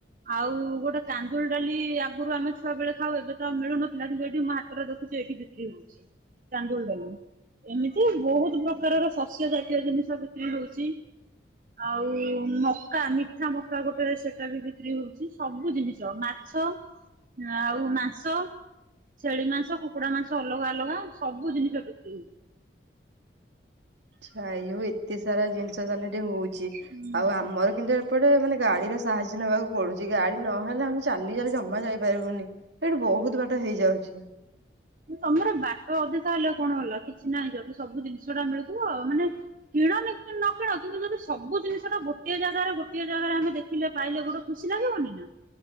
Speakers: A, on the right (about 45°); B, on the right (about 75°).
A: ଆଉ ଗୋଟେ କାନ୍ଦୁଳି ଡାଲି ଆଗରୁ ଆମେ ଛୁଆ ବେଳେ ଖାଉ। ଏବେ ତ ଆଉ ମିଳୁନଥିଲା। କିନ୍ତୁ ଏଠି ମୋ ହାଟରେ ଦେଖ ଖୁଛି ଏଠି ବିକ୍ରି ହଉଛି ଚାନ୍ଦୁଳଡାଲି। ଏମିତି ବହୁତ ପ୍ରକାରର ଶସ୍ୟ ଜାତୀୟ ଜିନିଷ କିିକ୍ରି ହଉଛି। ଆଉ ମକା ମିଠା ମକା ଗୋଟେ ସେଟା ବି ବିକ୍ରି ହଉଛି। ସବୁ ଜିନିଷ ମାଛ ଆଉ ମାଂସ, ଛେଳି ମାଂସ, କୁକ କୁଡ଼ା ମାଂସ ଅଲଗା ଅଲଗା ସବୁ ଜିନିଷ ବିକ୍ରି ହଉଛି।
B: ଆଚ୍ଛା ଏଇ ସବୁ ଏତେ ସାରା ଜିନିଷ ତାହେଲେ ସେଟି ହଉଛି।
A: ହୁଁ
B: ଆଉ ଆମର କିନ୍ତୁ ଏପଟେ ମାନେ ଗାଡିର ସାହାଯ୍ୟ ନେବାକୁ ପଡୁଛି, ଗାଡି ନହେଲେ ଆମେ ଚାଲି ଚାଲି ଜମା ଯାଇପାରିବୁନି। ଏଇଠି ବହୁତ ବାଟ ହେଇଯାଉଛି।
A: ତୋମର ବାଟ ଅଧିକା ହେଲେ କଣ ହେଲା କିଛି ନାହିଁ ଯଦି ସବୁ ଜିନିଷ ଟା ମିଳୁଥିବ ମାନେ କିଣ ନ କି-କିଣ କିନ୍ତୁ ଯଦି ସବୁ ଜିନିଷଟା ଗୋଟିଏ ଜାଗାର ଗୋଟିଏ ଜାଗାରେ ଆମେ ଦେ ଖିଲେ ପାଇଲେ ଗୋଟେ ଖୁସି ଲାଗିବନି ନା।